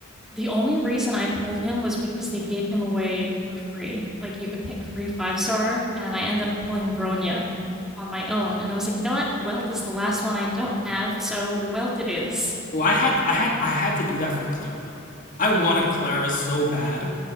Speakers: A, in the centre; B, on the left.
A: the only reason I pulled him was because they gave him away for free. Like you could pick a free five star, and I ended up pulling Bronya on my own. And I was like, you know what? Welt is the last one I don't have, so Welt it is.
B: Well, I had I had I had to do that for Clara. I wanted Clara so bad,